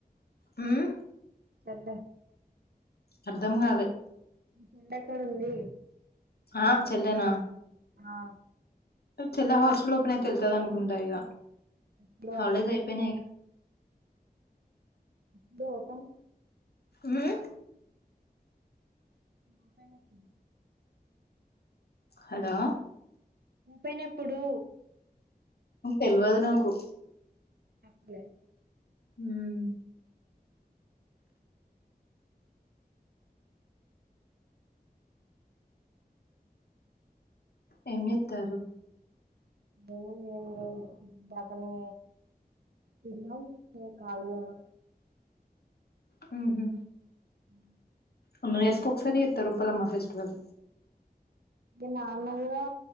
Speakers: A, on the left; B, on the right.
A: మ్మ్
B: చెల్లె
A: అర్ధం కాలే
B: చెల్లెక్కడ ఉంది
A: ఆ చెల్లెనా
B: ఆ
A: చెల్లా హాస్టల్ ఓపెన్ అయితె వెళ్తది అనుకుంటా ఇగ
B: ఎప్పుడు
A: హాలిడేస్
B: ఓపెన్
A: అయిపోయినై
B: ఎప్పుడు ఓపన్
A: మ్మ్
B: ఓపెనెప్పుడు
A: హలో
B: ఓపెనెప్పుడూ
A: తెల్వదు నాకు
B: చెప్పలే.
A: హ్మూ ఏం జేత్తారు
B: ఏముంది ఏం లేదు ఇందాకనే తిన్నం ఇగ ఖాళిగున్న.
A: హ్మ్ హు
B: మ్మ్
A: ఎన్ని ఇయర్స్ కి ఒక్కసారి చేస్తరు ఉప్పలమ్మ ఫెస్టివల్
B: తే నార్మల్గా